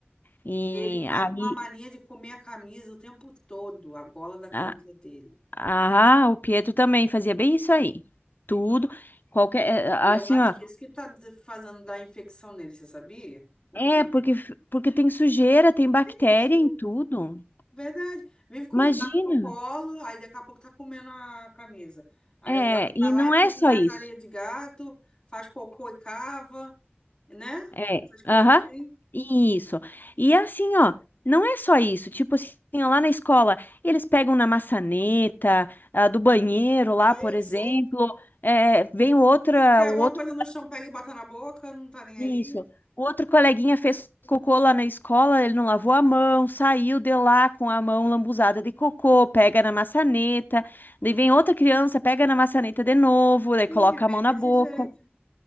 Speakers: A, on the left (about 50°); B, on the left (about 20°).
A: E
B: Ele tá
A: aí.
B: com uma mania de comer a camisa o tempo todo, a gola da camisa
A: a-
B: dele.
A: Ah, o Pietro também fazia bem isso aí. Tudo. Qualquer. é, Assim,
B: E eu acho
A: ó.
B: que é isso que tá d- fazendo dar infecção nele, você sabia? Porque
A: É, porque, porque tem sujeira, tem bactéria
B: tem isso, né?
A: em tudo.
B: verdade. Vive com
A: Imagina.
B: os gatos no colo, aí daqui a pouco tá comendo a camisa. Aí
A: É,
B: o gato
A: e
B: vai lá
A: não
B: e
A: é
B: pisa
A: só
B: nas
A: isso.
B: areias de gato, faz cocô e cava, né?
A: É,
B: Essas coisas
A: aham,
B: assim.
A: isso. E assim, ó, não é só isso. Tipo assim, ó, lá na escola, eles pegam na maçaneta, ah, do banheiro lá,
B: Sim,
A: por exemplo,
B: sim.
A: é, vem outra,
B: Se cai
A: o
B: alguma
A: outro,
B: coisa no chão, pega e bota na boca, não tá nem
A: isso.
B: aí.
A: O outro coleguinha fez cocô lá na escola, ele não lavou a mão, saiu de lá com a mão lambuzada de cocô, pega na maçaneta, daí vem outra criança, pega na maçaneta de novo, daí
B: Sim,
A: coloca
B: é bem
A: a mão na
B: desse
A: boca.
B: jeito.